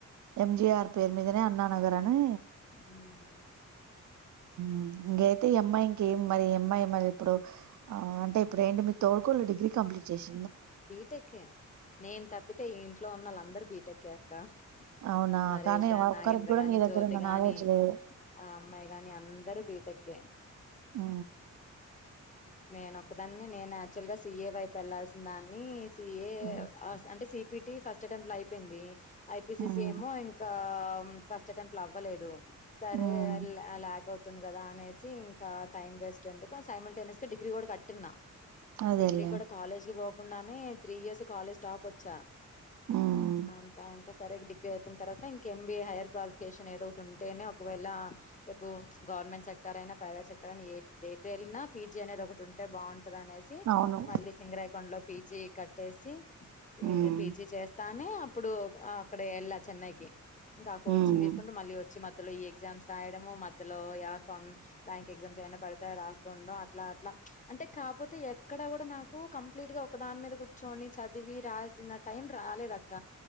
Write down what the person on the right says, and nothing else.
ఎంజిఆర్ పేర్ మీదనే అన్నా నగర్ అనీ
మ్ ఇంగైతే ఈ అమ్మాయి ఇంకేం మరి అమ్మాయి మరి ఇప్పుడు ఆ అంటే ఇప్పుడ్ ఏంటి మీతో కొడుకులు డిగ్రీ కప్లీట్ చేసి
అవునా?
కానీ
ఒక్కరికి గూడా
నీ దగ్గరున్న
నాలెడ్జ్ లేదు.
మ్
హ్మ్.
హ్మ్.
హ్మ్.
అదేలే.
హ్మ్.
అవును.
హ్మ్.
హ్మ్.